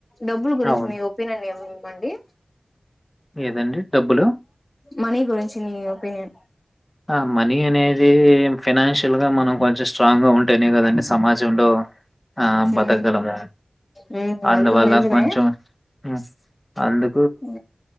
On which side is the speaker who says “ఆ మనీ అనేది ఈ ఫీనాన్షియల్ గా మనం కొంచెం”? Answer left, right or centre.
Left